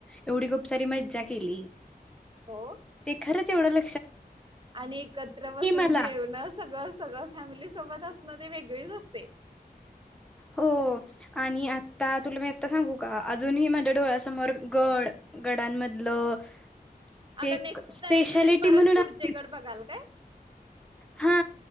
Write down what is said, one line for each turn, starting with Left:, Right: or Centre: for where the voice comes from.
Centre: एवढी
Right: हा.
Centre: गुपसारी मज्जा पिली
Right: हो
Centre: ते खरंच एवढ ल
Right: आणि एकत्र बसून
Centre: मला
Right: जेवण सगळ सगळ फॅमिली सोबत अस मध्ये वेगळे रस्ते
Centre: हो आणि आता तुला मी आत्ता सांगू का अजूनही माझ्या डोळ्यासमोर गड गडांमधलं ते
Right: आता
Centre: एक
Right: नेक्स्ट
Centre: स्पेशालिटी
Right: टाइम तुम्ही परत
Centre: म्हणून
Right: पुढचे
Centre: असते.
Right: गड बघाल काय?
Centre: हा